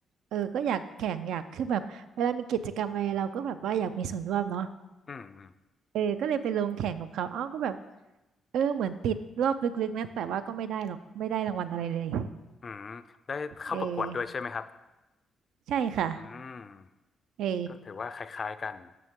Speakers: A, on the right; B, on the left.
A: เออก็อยากแข่งอยากคือแบบเวลามีกิจกรรมอะไรเราก็แบบว่าอยากมีส่วนร่วมเนาะ
B: อืมอืม
A: เออก็เลยไปลงแข่งกับเขาเอ้าก็แบบเออเหมือนติดรอบลึกๆนะแต่ว่าก็ไม่ได้หรอกไม่ได้รางวัลอะไรเลย
B: อืมได้เข้าประกวดด้วยใช่ไหมครับ
A: เออใช่ค่ะ
B: อืม
A: เออ
B: ก็ถือว่าคล้ายๆกัน